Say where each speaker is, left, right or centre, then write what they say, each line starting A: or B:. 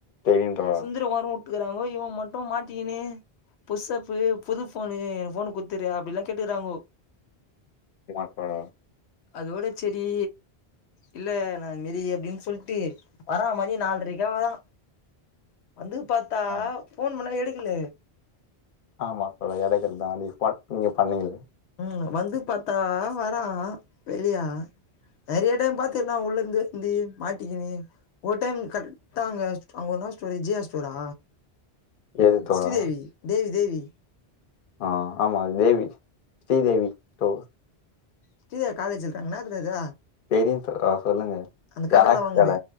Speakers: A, on the left (about 55°); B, on the left (about 85°).
A: தெரியும் தோழா
B: சுந்தரி வரு ட்டுக்குறாங்கோ இவ மட்டு மாட்டிக்கினு புஷப்பு புது ஃபோனு எனக்கு ஃபோனு குட்த்திரியா அப்டிலா கேட்டுக்கிறாங்கோ
A: லாக்டவ்ன்
B: அதோட சேரி இல்ல நா இது மாரி அப்டின் சொல்ட்டு வரா மதிய நால்ரைக்கா வரா வந்து பாத்தா
A: ஆ
B: ஃபோன் பண்ணா எடுக்கல
A: ஆமா தோழா எடுக்கறது தா நீ ஒர்க் நீங்க பண்ணுனீங்க
B: ம் வந்து பாத்தா வரா வெளிய நெறையா டைம் பாத்துருக்கனா உள்ள இருந்து வந்து மாட்டிக்கினு ஒரு டைம் கரெக்டாங்க அங்கதா ஸ்டோரு ஜியா ஸ்டோரா
A: எது தோழா
B: ஸ்ரீதேவி தேவி தேவி
A: ஆ ஆமா தேவி ஸ்ரீதேவி போ
B: ஸ்ரீ தேவி காலேஜ் இருக்காங் என்னதுடா இது
A: தெரியு தோழா சொல்லுங்க
B: அந்த
A: ஜெராக்ஸ்
B: கடலா வாங்குமே
A: கட